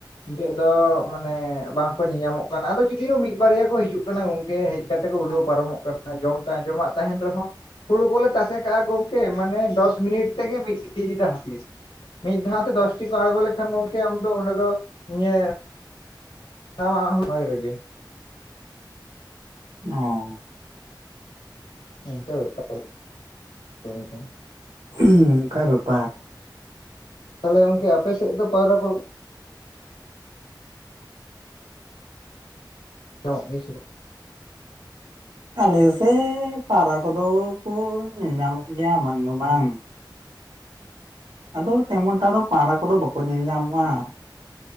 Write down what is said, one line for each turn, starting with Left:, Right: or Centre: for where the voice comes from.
Left: ᱱᱤᱛᱳᱜ ᱫᱚ ᱢᱟᱱᱮ ᱵᱟᱝᱠᱚ ᱧᱮᱧᱟᱢᱚᱜ ᱠᱟᱱᱟ ᱟᱫᱚ ᱡᱩᱫᱤᱭᱳ ᱢᱤᱫ ᱵᱟᱨᱭᱟ ᱠᱚ ᱦᱤᱡᱩᱜ ᱠᱟᱱᱟ᱾ ᱜᱮ ᱦᱮᱡᱽ ᱠᱟᱛᱮ ᱠᱚ ᱩᱰᱟᱹᱣ ᱯᱟᱨᱚᱢᱚᱜ ᱠᱟᱱᱟ ᱡᱚᱢ ᱡᱚᱢᱟᱜ ᱛᱟᱦᱮᱱ ᱨᱮᱦᱚᱸ ᱦᱩᱲᱩ ᱠᱚᱞᱮ ᱛᱟᱥᱮ ᱠᱟᱜᱼᱟ ᱜᱚᱢᱠᱮ ᱢᱟᱱᱮ ᱫᱚᱥ ᱢᱤᱱᱤᱴ ᱛᱮᱜᱮ ᱢᱤᱫ ᱠᱮᱡᱤ ᱫᱚ ᱦᱟᱹᱯᱤᱥ ᱢᱤᱫ ᱫᱷᱟᱣᱛᱮ ᱫᱚᱥᱴᱤ ᱠᱚ ᱟᱬᱜᱚ ᱞᱮᱠᱷᱟᱱ ᱜᱚᱝᱠᱮ ᱟᱢᱫᱚ ᱚᱸᱰᱮ ᱫᱚ ᱤᱭᱟᱹ <unintelligible>
Right: ᱚ
Left: <unintelligible> ᱫᱤᱱ ᱠᱚ
Right: ᱚᱱᱠᱟ ᱵᱮᱯᱟᱨ
Left: ᱛᱟᱦᱚᱞᱮ ᱜᱚᱝᱠᱮ ᱟᱯᱮ ᱥᱮᱫ ᱫᱚ ᱯᱟᱣᱨᱟ ᱠᱚ ᱧᱟᱢᱚᱜ ᱜᱮᱭᱟ ᱥᱮ ᱵᱟᱝ
Right: ᱟᱞᱮ ᱥᱮ ᱯᱟᱣᱨᱟ ᱠᱚᱫᱚ ᱠᱚ ᱧᱮᱢ ᱧᱟᱢᱚᱜ ᱜᱮᱭᱟ ᱵᱟᱝ ᱫᱚ ᱵᱟᱝ ᱟᱫᱚ ᱛᱮᱢᱚᱱ ᱴᱟ ᱫᱚ ᱯᱟᱣᱨᱟ ᱠᱚᱫᱚ ᱵᱟᱠᱚ ᱧᱮᱞ ᱧᱟᱢᱚᱜᱼᱟ